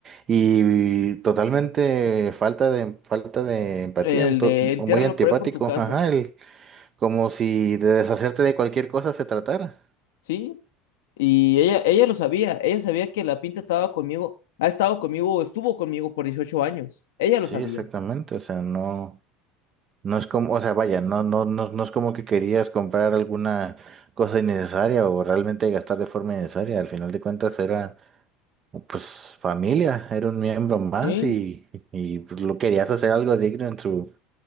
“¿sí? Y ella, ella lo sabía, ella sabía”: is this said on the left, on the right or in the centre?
Left